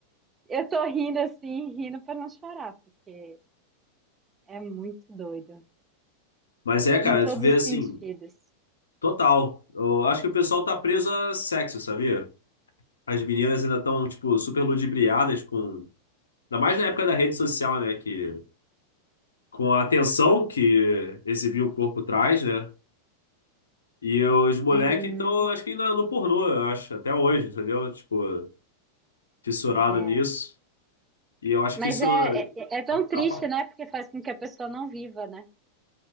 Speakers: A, on the right; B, on the left.
A: eu tô rindo assim, rindo pra não chorar, porque é muito doido.
B: Mas é,
A: Em
B: cara,
A: todos
B: tu vê
A: os
B: assim,
A: sentidos.
B: total. Eu acho que o pessoal tá preso a sexo, sabia? As meninas ainda estão, tipo, super ludibriadas com. Ainda mais na época da rede social, né? Que com a atenção que exibir o corpo traz, né? E os moleques
A: Uhum,
B: estão, acho que ainda no pornô, eu acho, até hoje, entendeu? Tipo, fissurado
A: é.
B: nisso. E eu acho que
A: Mas
B: isso
A: é, é, é tão
B: atrapalha
A: triste, né? Porque faz com que a pessoa não viva, né?